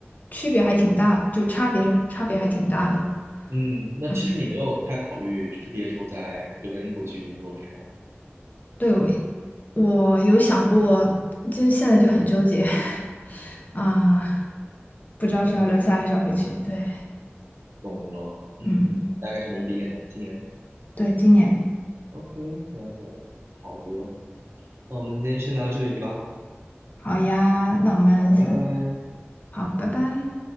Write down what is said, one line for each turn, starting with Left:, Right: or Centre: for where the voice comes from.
Left: 区别还挺大，就差别是差别还挺大的。
Right: 嗯，那其实你没有太考虑，
Left: 嗯，
Right: 就是毕业之后在留在英国继续工作，是这样？
Left: 对，我我有想过，就现在就很纠结，<laughs> 啊、不知道是要留下还是要回去。
Right: 嗯，
Left: 对
Right: 懂了。嗯，
Left: 嗯。
Right: 大概什么时候毕业呢？今年
Left: 对，今年
Right: ？OK，了解了。好的，那我们今天先聊到这里吧。
Left: 好呀，那我们下，
Right: 好，拜拜。
Left: 好，拜拜。